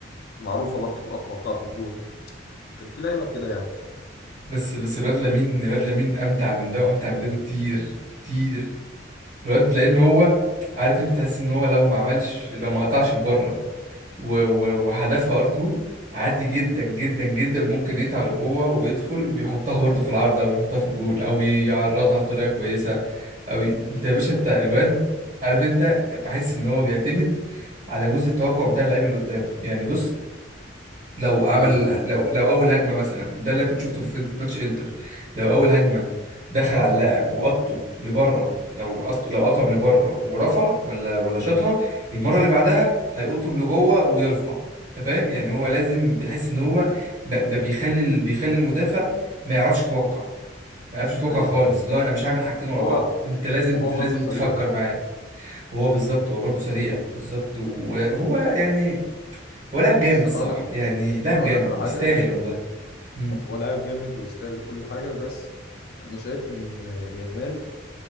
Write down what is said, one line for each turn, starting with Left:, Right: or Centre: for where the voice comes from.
Left: معروفه برضه القطمه بتاعته في جون كان في لعيبه كده يعني
Right: بس بس الواد لامين الواد لامين امتع من ده وامتع من ده بكتير كتير الواد لان هو عارف انت تحس ان هو لو ما عملش لو ما قطعش لبره و- و- وهدفها ار 2 عادي جدا جدا جدا ممكن يقطع لجوه ويدخل ويحطها برضه في العارضه ويحطها في الجون او يعرضها بطريقه كويسه أوي أنت يا باشا أنت الواد عارف أنت بحس إن هو بيعتمد على جزء التوقع بتاع اللاعب اللي قدامه يعني بص لو عمل
Left: ايوه ايوه
Right: لو لو أول هجمة مثلا ده اللي كنت شفته في ماتش إنتر لو أول هجمة دخل على اللاعب وقطه لبره لو قط لو قطم لبره ورفع ولا ولا شاطها المرة اللي بعدها هيقطم لجوه ويرفع أنت فاهم يعني هو لازم بيحس إن هو ب- ب- بيخلي ال- بيخلي المدافع ما يعرفش يتوقع ما عرفش يتوقع
Left: ايوه
Right: خالص
Left: فاهم
Right: لا انا مش هعمل حاجتين ورا
Left: هو
Right: بعض انت لازم
Left: وهو
Right: لازم
Left: برضه سريع
Right: تفكر معايا هو بالظبط
Left: مم.
Right: هو برضه سريع بالظبط وهو يعني هو لاعب جامد
Left: بس
Right: الصراحه
Left: انا اقول لك
Right: يعني لاعب
Left: هقول
Right: جامد
Left: لك على حاجه
Right: يستاهل والله امم
Left: هو لاعب جامد ويستاهل كل حاجه بس انا شايف ان يامال